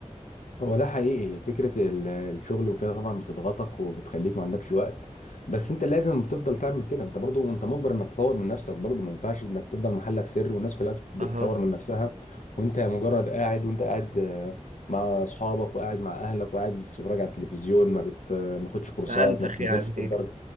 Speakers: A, on the left; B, on the right.
A: هو ده حقيقي فكرة ال- الشغل وكده طبعا بتضغطك وبتخليك ما عندكش وقت بس انت لازم تفضل تعمل كده انت برضو انت مجبر انك تطور من نفسك برضو ما ينفعش انك تفضل محلك سر والناس كلها بت- بتطور
B: أها
A: من نفسها وانت مجرد قاعد وانت قاعد آه، مع اصحابك وقاعد مع اهلك وقاعد بتتفرج على التلفزيون ما بت ما بتاخدش كورسات
B: ما أنتخ
A: ما بتنزلش
B: يعني
A: تتدرب.